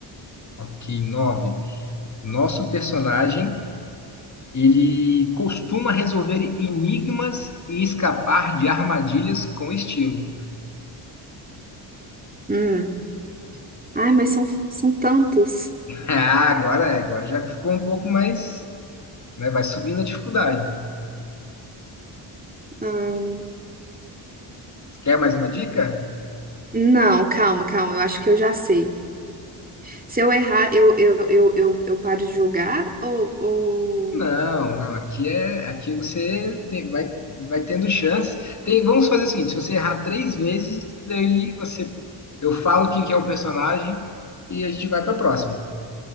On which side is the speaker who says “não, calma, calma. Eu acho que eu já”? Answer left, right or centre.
Right